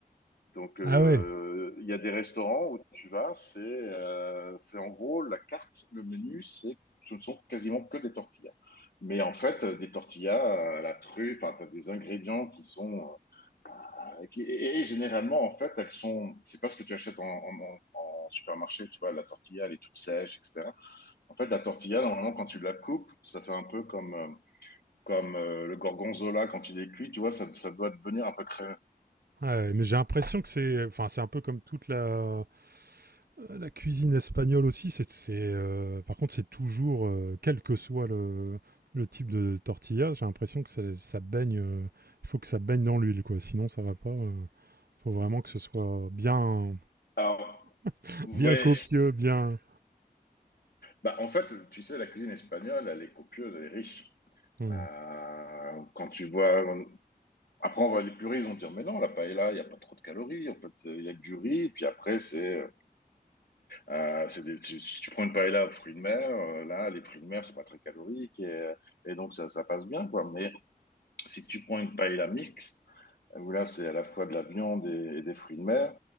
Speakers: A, on the left (about 80°); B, on the right (about 75°).
A: Donc, euh,
B: Ah ouais.
A: il y a des restaurants où tu vas, c'est euh, c'est en gros la carte, le menu, c'est ce ne sont quasiment que des tortillas. Mais en fait, euh, des tortillas, euh, la truffe, enfin, t'as des ingrédients qui sont euh, qui- et, et généralement en fait, elles sont. C'est pas ce que tu achètes en, en, en- en supermarché, tu vois. La tortilla, elle est toute sèche, etc. En fait, la tortilla, normalement, quand tu la coupes, ça fait un peu comme euh, comme euh, le gorgonzola quand il est cuit, tu vois, ça, ça doit devenir un peu crémeux.
B: Ouais, mais j'ai l'impression que c'est... Enfin, c'est un peu comme toute la... Euh, La cuisine espagnole aussi, c'est, c'est, euh, par contre, c'est toujours, euh, quel que soit le, le type de tortilla, j'ai l'impression que ça, ça baigne, euh, il faut que ça baigne dans l'huile, quoi. Sinon, ça va pas. euh, faut vraiment que ce soit bien,
A: Alors,
B: <laughs>
A: ouais,
B: bien copieux, bien.
A: Bah, en fait, tu sais, la cuisine espagnole, elle est copieuse, elle est riche.
B: Hmm.
A: Euh, quand tu vois, après, on va, les puristes vont dire, mais non, la paella, il n'y a pas trop de calories. En fait, c'est- il y a que du riz. Puis après, c'est, euh, c'est des- si si tu prends une paella aux fruits de mer, euh, là, les fruits de mer, c'est pas très calorique et, et donc ça, ça passe bien, quoi. Mais si tu prends une paella mixte, où là, c'est à la fois de la viande et, et des fruits de mer,